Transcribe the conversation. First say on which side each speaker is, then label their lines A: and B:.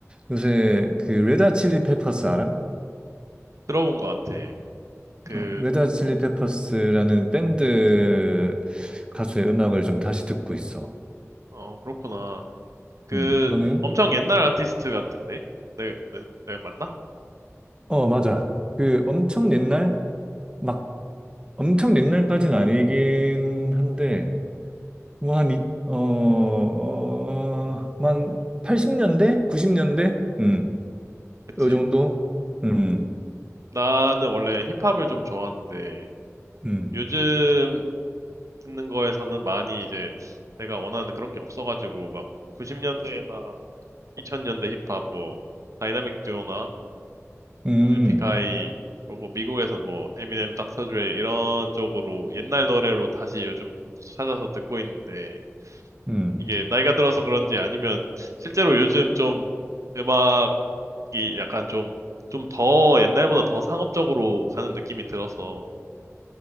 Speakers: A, on the right (about 20°); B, on the right (about 75°).
A: 요새 그 레다 칠리 페퍼스 알아?
B: 들어본 것 같아. 그,
A: 어, 레다 칠리 페퍼스라는 밴드 가수의 음악을 좀 다시 듣고 있어.
B: 어, 그렇구나. 그,
A: 음, 너는?
B: 엄청 옛날 아티스트 같은데? 내가, 내- 내가 맞나?
A: 어, 맞아. 그 엄청 옛날? 막 엄청 옛날까지는 아니긴 한데 뭐 한, 이- 어, 어, 뭐한 80년대? 90년대? 음,
B: 그치?
A: 요 정도? 음,
B: 나는 원래 힙합을 좀 좋아하는데
A: 음,
B: 요즘 듣는 거에서는 많이 이제 내가 원하는 그런 게 없어가지고 막 90년대나 2000년대 힙합 뭐 다이나믹 듀오나
A: 음,
B: 뭐 에픽하이 그리고 미국에서 뭐 에미넴, 닥터 드레 이런 쪽으로 옛날 노래로 다시 요즘 찾아서 듣고 있는데
A: 음,
B: 이게 나이가 들어서 그런지 아니면 실제로 요즘 좀 음악이 약간 좀 좀 더 옛날보다 더 상업적으로 가는 느낌이 들어서